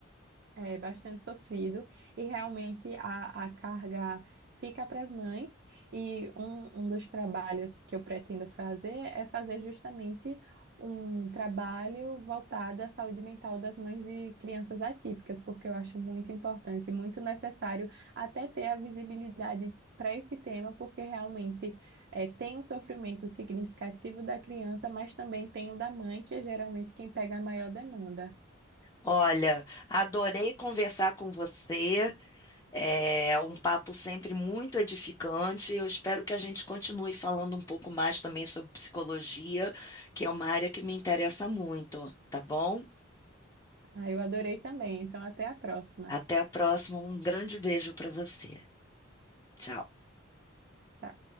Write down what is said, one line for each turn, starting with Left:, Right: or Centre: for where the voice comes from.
Right: É bastante sofrido e realmente a, a carga fica para as mães. E um, um dos trabalhos que eu pretendo fazer é fazer justamente um trabalho voltado à saúde mental das mães de crianças atípicas, porque eu acho muito importante, muito necessário até ter a visibilidade. Para esse tema, porque realmente é, tem um sofrimento significativo da criança, mas também tem o da mãe, que é geralmente quem pega a maior demanda.
Left: Olha, adorei conversar com você. É um papo sempre muito edificante. Eu espero que a gente continue falando um pouco mais também sobre psicologia, que é uma área que me interessa muito, tá bom?
Right: Ah, eu adorei também. Então, até a próxima.
Left: Até a próxima. Um grande beijo para você. Tchau.
Right: Tchau.